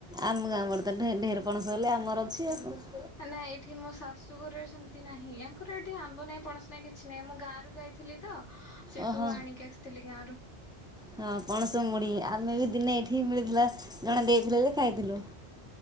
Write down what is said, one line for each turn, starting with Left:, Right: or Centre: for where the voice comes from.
Centre: ଆମ ଗାଁ ବଡ଼ ତ ଢେ ଢେର ପଣସ ହେଲେ ଆମର ଅଛି ଆଉ କଣ।
Left: ନା ଏଇଠି ମୋ ଶାଶୁ ଘରେ ସେମ ତି ନାହିଁ ୟାଙ୍କର ଏଠି ଆମ୍ବ ନାଇଁ ପଣସ ନାହିଁ କିଛି ନାଇଁ ମୁଁ ଗାଁ ରୁ ଯାଇଥିଲି ତ ସେଟୁ
Centre: ଓହୋ
Left: ଆଣିକି ଆସିଥିଲି ଗାଁ ରୁ।
Centre: ହଁ ପଣସ ମୁଢି ଆମେ ବି ଦିନେ ଏଇଠିି ମିଳିଥିଲା ଜଣେ ଦେଇଥିଲେ ଯେ ଖାଇଥିଲୁ।